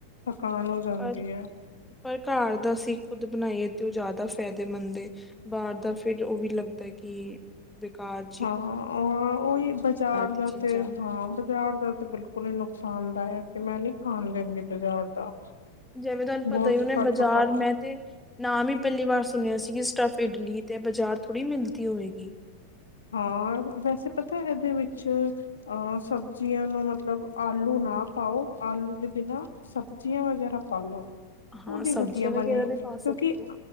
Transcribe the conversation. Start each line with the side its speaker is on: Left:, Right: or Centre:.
Left: ਥਕਾਨ ਜਾਂਦੀ
Centre: ਪਰ
Left: ਹੈ।
Centre: ਪਰ ਘਰ ਦਾ ਅਸੀਂ ਖੁਦ ਬਣਾਈਏ ਤੇ ਉਹ ਜ਼ਿਆਦਾ ਫਾਇਦੇਮੰਦ ਏ। ਬਾਹਰ ਦਾ ਫਿਰ ਉਹ ਵੀ ਲੱਗਦਾ ਕਿ ਬਿਕਾਰ
Left: ਹਾਂ ਉਹੀ ਬਾਜ਼ਾਰ
Centre: ਦੀ
Left: ਦਾ
Centre: ਚੀਜ਼ਾਂ
Left: ਤੇ ਹਾਂ ਬਾਜ਼ਾਰ ਦਾ ਤੇ ਬਿਲਕੁਲ ਕੋ ਨੁਕਸਾਨ ਦਾਇ ਹੈ ਕਿ ਮੈਂ ਨੀ ਖਾਣ ਦਿੰਦੀ ਬਾਜ਼ਾਰ ਦਾ
Centre: ਜਿਵੇਂ ਤੁਹਾਨੂੰ ਪਤਾ
Left: ਬਹੁਤ
Centre: ਈ ਉਹਨੇ
Left: ਘੱਟੋ
Centre: ਬਾਜ਼ਾਰ
Left: ਘੱਟ
Centre: ਮੈਂ ਤੇ ਨ ਹੀ ਪਹਿਲੀ ਵਾਰ ਸੁਣਿਆ ਸੀਗੀ ਸਟਫ ਇਡਲੀ ਤੇ ਬਾਜ਼ਾਰ ਥੋੜ੍ਹੀ ਮਿਲਦੀ ਹੋਵੇਗੀ।
Left: ਹਾਂ ਵੈਸੇ ਪਤਾ ਹੈ ਇਹਦੇ ਵਿੱਚ ਅਹ ਸਬਜ਼ੀਆਂ ਨੂੰ ਮਤਲਬ ਆਲੂ ਨਾ ਪਾਓ ਆਲੂ ਦੇ ਬਿਨਾਂ ਸਬਜ਼ੀਆਂ ਵਗੈਰਾ ਪਾ ਲੋ ਉਹਦੀ
Centre: ਹਾਂ ਸਬਜ਼ੀਆਂ
Left: ਵਧੀਆ
Centre: ਵਗੈਰਾ
Left: ਬਣੇ
Centre: ਵੀ
Left: ਕਿਉਂਕਿ
Centre: ਪਾ ਸਕਦੇ ਹੋ